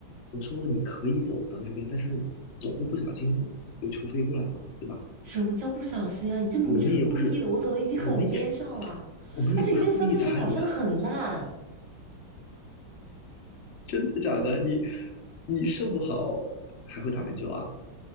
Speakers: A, on the left; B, on the right.
A: 我说了你可以走到这边，但是总会不小心有球飞过来嘛，对吧？
B: 什么叫不小心啊？你这明明就是故意的，
A: 我们也不是，
B: 我走的已经很边上了，
A: 我们也，我们也不是故意砸你的，
B: 而且你那个三分球打的真的很烂，
A: 真的假的？你你肾不好还会打篮球啊？